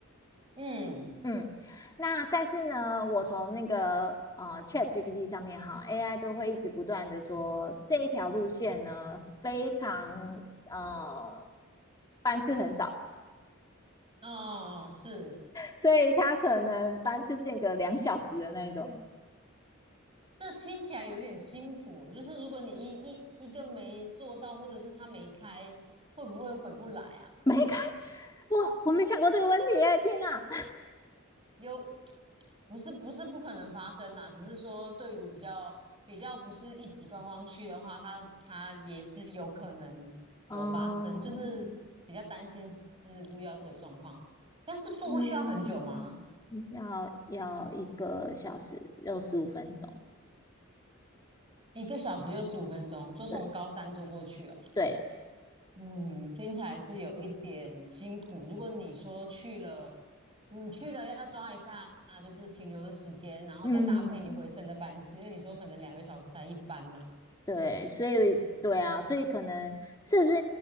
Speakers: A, on the right; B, on the left.
A: 嗯。
B: 嗯，那但是呢，我从那个呃 ChatGPT 上面哈，AI 都会一直不断的说这一条路线呢非常呃班次很少，
A: 哦，哦哦是，
B: 所以它可能班次间隔两小时的那一种
A: 这听起来有点辛苦。就是如果你一一一个没做到，或者是他没开，会不会回不来啊？
B: 没开，哇，我没想过这个问题耶天哪，
A: 又不是不是不可能发生啦，只是说对于比较比较不是一级观光区的话，它它也是有可能有发生，
B: 嗯
A: 就是比较担心是遇到这个状况。但是坐过去要很久吗？
B: 嗯，要要一个小时六十五分钟，
A: 一个小时又十五分钟，说从高山坐过去哦。
B: 对对，
A: 嗯，听起来是有一点辛苦。如果你说去了，你去了要抓一下，就是停留的时间，然后再搭配你回程的班次，
B: 嗯。
A: 因为你说可能两个小时才一班嘛。
B: 对，所以对啊，所以可能是不是